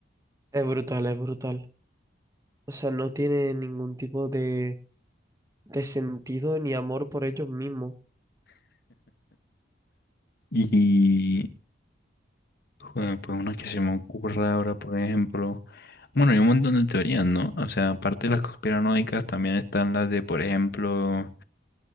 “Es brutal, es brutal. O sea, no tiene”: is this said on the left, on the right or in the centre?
Right